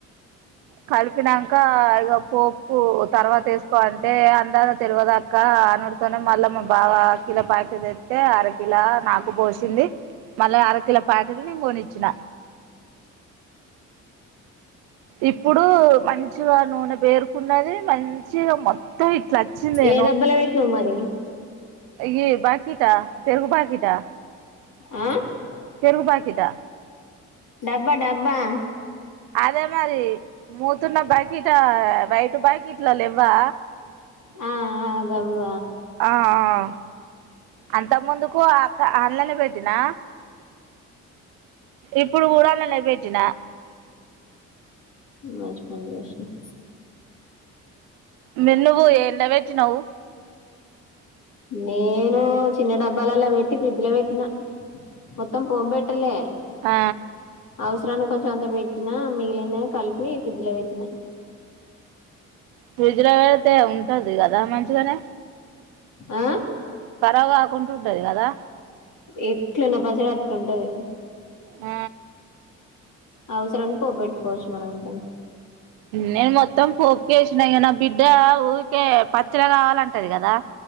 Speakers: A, on the right; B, on the left.
A: కలిపి తిన్నాంక ఇగ పోపుకు తర్వాత వేసుకోవాలంటే అందాదా తెల్వదు అక్కా అని అనుడుతోనే మళ్ళ మా బావ కిలో ప్యాకెట్ తెస్తే అరకిిల నాకు పోసింది మళ్ళా అర కిల ప్యాకెట్ నేను కొనిచ్చిన ఇప్పుడు మంచిగా నూనె వేరు ఉన్నది మంచిగా మొత్తం ఇట్లా వచ్చింది
B: ఏ డబ్బలు పెట్టినవ్ మరి
A: యి బాకీటా పెరుగు బాకీటా
B: ఆ
A: పేరుగు బకీటా
B: డబ్బా డబ్బా
A: అదే మరి మూతున్న బకిటా వైట్ బకిట్ల లెవ్వా
B: ఆ అదవ్వ
A: ఆఆ అంతకు ముందుకు అక్క ఆ అళ్ళనే వెట్టినా ఇప్పుడు ఊరళ్ళనే పెట్టినా
B: మంచిపని జెష్నావ్
A: మిన్నువు ఎండ్ల వేట్టినవ్
B: నేనూ చిన్న డబ్బాలల పెట్టి ఫ్రిడ్జ్ ల పెట్టి ిన మొత్తం పోబెట్టలే
A: ఆ
B: అవసరాన్ని కొంచెం అంత పెట్టినా మిగిలినా కలిపి ఫ్రిడ్జ్ లో పెట్టిా
A: ఫ్రిడ్జ్ లో పెడితే ఉంటది కదా మంచి చిగానే
B: ఆ
A: కరాగాబుకాకుంటా ఉంటది కదా
B: ఎట్లున్న పచ్చడా అట్ల ఉంటది
A: ఆ
B: అవసరనికి పోబెట్టుకోవచ్చు మనం ఇంతంతే
A: నేను మొ మొత్తం పోపుక వేసినా ఇగ నా బిడ్డ ఊరికే పచ్చడి కావాలంటది కదా